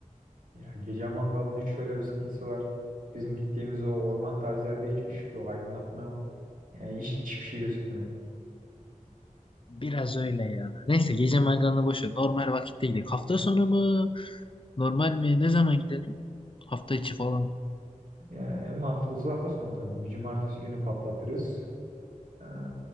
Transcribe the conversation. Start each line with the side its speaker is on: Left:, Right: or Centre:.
Right: Ya gece mangalının şöyle bir sıkıntısı var. Bizim gittiğimiz o orman tarzı yerde hiç ışık yok, aydınlatma yok. Yani hiç, hiçbir şey gözükmüyor.
Left: Biraz öyle ya. Neyse gece mangalını boş ver. Normal vakitte gidelim. Hafta sonu mu? Normal mi? Ne zaman gidelim? Hafta içi falan.
Right: Yani en mantıklısı hafta sonu tabii. Bir cumartesi günü patlatırız. Eee,